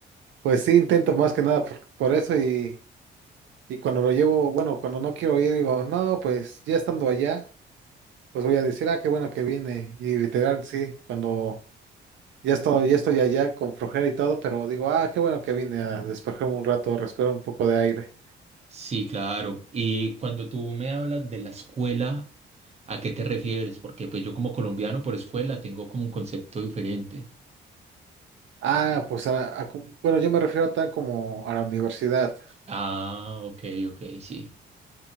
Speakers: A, on the right; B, on the right.
A: pues sí intento más que nada por, por eso y, y cuando lo llevo, bueno, cuando no quiero ir digo, no, pues ya estando allá, pues voy a decir, ah, qué bueno que vine. Y literal, sí, cuando ya estoy, ya estoy allá con flojera y todo, pero digo, ah, qué bueno que vine a despejarme un rato, respirar un poco de aire.
B: Sí, claro. Y cuando tú me hablas de la escuela, ¿a qué te refieres? Porque pues yo como colombiano por escuela tengo como un concepto diferente.
A: Ah, pues a- a cu- bueno, yo me refiero a tan como a la universidad.
B: Ah, ok, ok, sí.